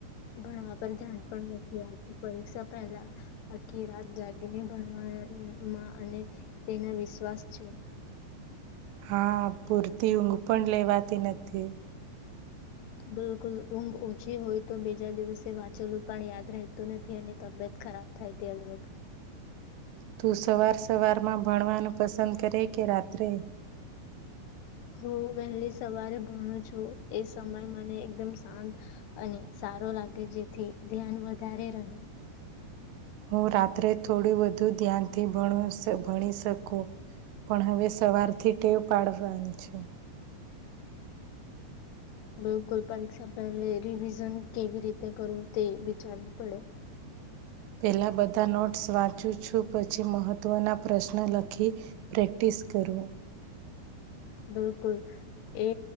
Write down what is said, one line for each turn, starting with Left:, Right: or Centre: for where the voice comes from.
Left: ભણવા પર ધ્યાન પણ નથી આવતું પરીક્ષા પહેલા આખી રાત જાગીને ભણવામાં અને તેના વિશ્વાસ છે.
Right: હા પૂરતી ઊંઘ પણ લેવાતી નથી
Left: બિલકુલ ઊંઘ ઓછી હોય તો બીજા દિવસે વાંચેલું પણ યાદ રહેતું નથી અને તબિયત ખરાબ થાય તે અલગ.
Right: તું સવાર સવારમાં ભણવાનું પસંદ કરે કે રાત્રે.
Left: હું વહેલી સવારે ભણું છું એ સમય મને એકદમ શાંત. અને સારો લાગે જેથી ધ્યાન વધારે રહે.
Right: હું રાત્રે થોડું વધુ ધ્યાનથી ભણુશુ ભણી શકું. પણ હવે સવારથી ટેવ પાડવાની છે.
Left: બિલકુલ પરીક્ષા પહેલે રિવિઝન કેવી રીતે કરવું તે વિચારવું પડે.
Right: પહેલાં બધા નોટ્સ વાંચું છું પછી મહત્ત્વના પ્રશ્ન લખી. પ્રેક્ટિસ કરું.
Left: બિલકુલ. એ